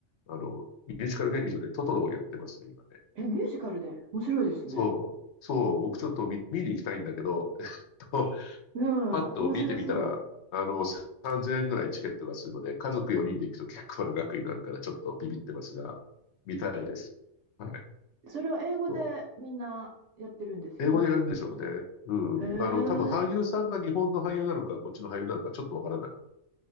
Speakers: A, on the left; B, on the right.
A: あの、ミュージカル劇場でトトロをやってますね、今ね。
B: え、えミュージカルで。面白いですね。
A: そう、そう、僕ちょっと見、見に行きたいんだけど、<laughs> えっと、
B: うん、
A: パッと見てみたら、
B: 面白そ
A: あの、3000円ぐらいチケットがするので、家族4人で行くと結構な額になるから、ちょっとビビってますが、見たいです。はい。
B: う。それは英語でみんなやってるんですよね。
A: そう。英語でやるんでしょうね。うん。
B: へえ、
A: あの、多分俳優さんが日本の俳優なのか、
B: あ
A: こっちの俳優なのか、ちょっとわからない。